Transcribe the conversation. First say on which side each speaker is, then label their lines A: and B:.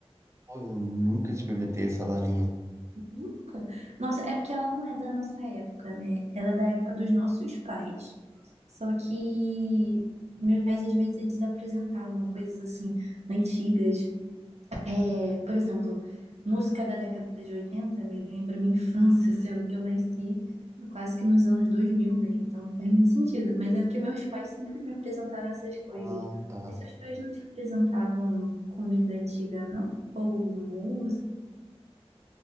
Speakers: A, on the right (about 25°); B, on the right (about 85°).
A: Pô, eu nunca experimentei essa balinha.
B: Nunca. Nossa, é porque ela não é da nossa época, né? Ela é da época dos nossos pais. Só que meus pais, às vezes, eles apresentavam coisas assim, antigas. É, por exemplo, música da década de 80 me lembra minha infância, <laughs> sendo que eu nasci quase que nos anos dois mil né? Então não faz muito sentido. Mas é porque meus pais sempre me apresentaram essas coisas.
A: Ah, tá.
B: E seus pais não te apresentavam comida antiga, não? Ou música?